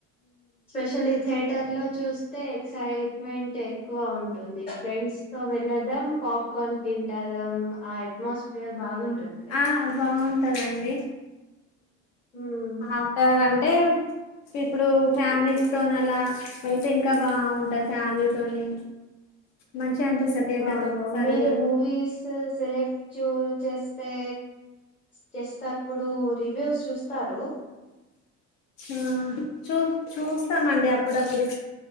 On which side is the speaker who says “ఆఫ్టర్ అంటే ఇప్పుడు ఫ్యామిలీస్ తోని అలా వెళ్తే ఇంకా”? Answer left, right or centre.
Left